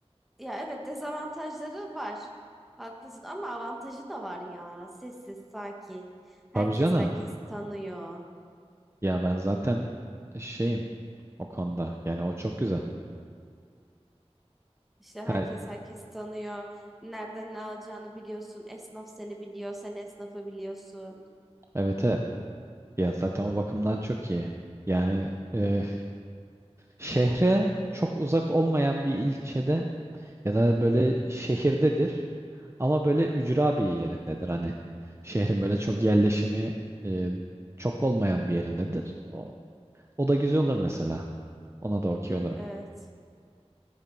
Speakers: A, in the centre; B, on the right.
A: Ya evet dezavantajları var. Haklısın ama avantajı da var ya. Sessiz, sakin. Herkes
B: Tabii canım.
A: herkesi tanıyor.
B: Ya ben zaten şeyim o konuda. Yani o çok güzel.
A: İşte herkes
B: Ha,
A: herkesi tanıyor. Nereden ne alacağını biliyorsun. Esnaf seni biliyor. Sen esnafı biliyorsun.
B: evet evet. Ya zaten o bakımdan çok iyi. Yani e, şehre çok uzak olmayan bir ilçede ya da böyle şehirdedir ama böyle ücra bir yerindedir. Hani şehrin böyle
A: Hı
B: çok
A: hı.
B: yerleşimi e, çok olmayan bir yerindedir. O, o da güzel olur mesela. Ona da okey olurum.
A: Evet.